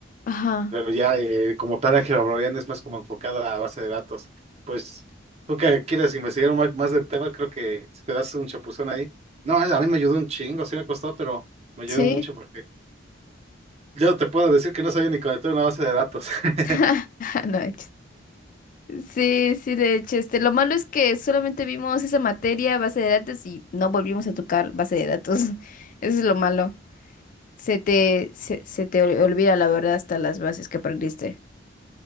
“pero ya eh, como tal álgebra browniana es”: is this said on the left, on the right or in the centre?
Right